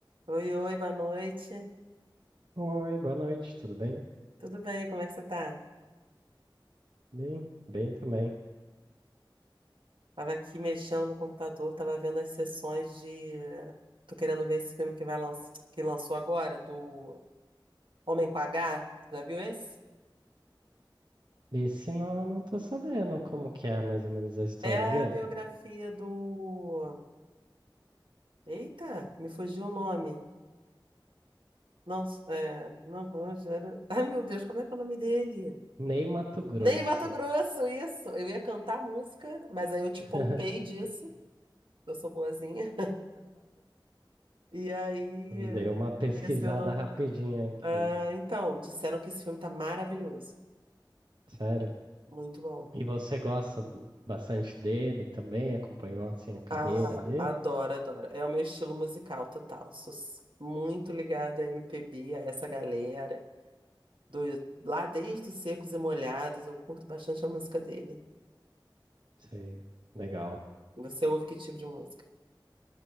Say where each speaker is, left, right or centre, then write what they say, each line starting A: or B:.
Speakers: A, on the right; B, on the right.
A: Oi, oi, boa noite.
B: Oi, boa noite, tudo bem?
A: Tudo bem? Como é que você tá?
B: Bem, bem também.
A: Tava aqui mexendo no computador, tava vendo as sessões de. eh, Tô querendo ver esse filme que vai lançar, que lançou agora, do Homem com H. Já viu esse?
B: Esse não, não tô sabendo como que é mais ou menos a história
A: É
B: dele.
A: a biografia do. Eita, me fugiu o nome. Não, é. Não, não, era- <laughs> Ai, meu Deus, como é que é o nome dele?
B: Ney Mato Grosso.
A: Ney Matogrosso, isso. Eu ia cantar música, mas aí eu te
B: <laughs>
A: poupei disso. Eu sou boazinha. E aí. eh,
B: Dei uma pesquisada
A: esqueci o nome.
B: rapidinha aqui,
A: Ah, então, disseram que esse filme tá maravilhoso.
B: sério.
A: Muito bom.
B: E você gosta do- bastante dele também? Acompanhou assim a carreira
A: Ah,
B: dele?
A: adoro, adoro. É o meu estilo musical total. Sou s- muito ligada a MPB, a essa galera. Do, lá desde os Secos e Molhados, eu curto bastante a música dele.
B: Sei, legal.
A: Você ouve que tipo de música?